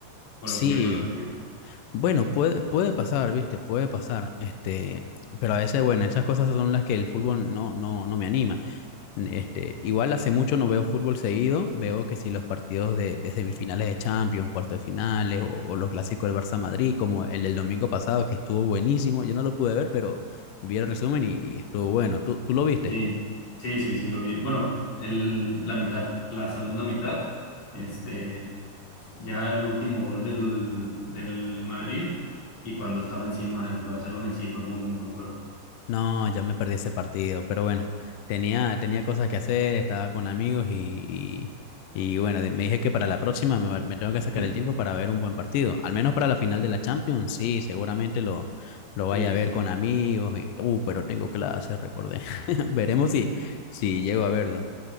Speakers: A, on the left; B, on the left.
A: por
B: Sí,
A: el gobierno de Brasil.
B: bueno, puede, puede pasar, ¿viste? Puede pasar. Este, pero a veces, bueno, esas cosas son las que el fútbol no, no, no me animan. Este, igual hace mucho no veo fútbol seguido, veo que si los partidos de, de semifinales de Champions, cuartos de finales o, o los clásicos del Barça Madrid, como el del domingo pasado que estuvo buenísimo, yo no lo pude ver, pero vi el resumen y, y estuvo bueno. ¿Tú, tú lo viste?
A: Sí, sí, sí, sí, lo vi. Bueno, el, la mitad, la segunda mitad. Este, ya el último gol del, del Madrid y cuando estaba encima el Barcelona y sí, fue muy, muy buen juego.
B: No, ya me perdí ese partido, pero bueno, tenía, tenía cosas que hacer, estaba con amigos y, y, y bueno, de- me dije que para la próxima me, va- me tengo que sacar
A: <laughs>
B: el tiempo para ver un buen partido, al menos para la final de la Champions, sí, seguramente lo, lo vaya
A: Sí, sí,
B: a ver
A: sí.
B: con amigos, y, uh, pero tengo clase, recordé. <laughs> Veremos
A: <laughs>
B: si, si llego a verlo.